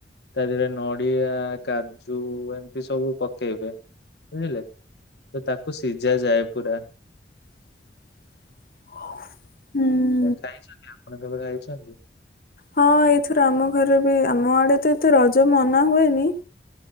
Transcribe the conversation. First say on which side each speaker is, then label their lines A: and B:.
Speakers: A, on the left; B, on the left.
A: ତା ଦେହରେ ନଡିଆ କାଜୁ ଏମିତି ସବୁ ପକେଇବେ ବୁଝିଲେ? ତ ତାକୁ ସିଝା ଯାଏ ପୁର।
B: ହୁଁ
A: ଖାଇଛନ୍ତି ଆପଣ କେବେ ଖାଇଛନ୍ତି?
B: ହଁ ଏଇଥିରୁ ଆମ ଘରେ ବି ଆମ ଆଡେ ତ ଏତେ ରଜ ମନା ହୁଏନି।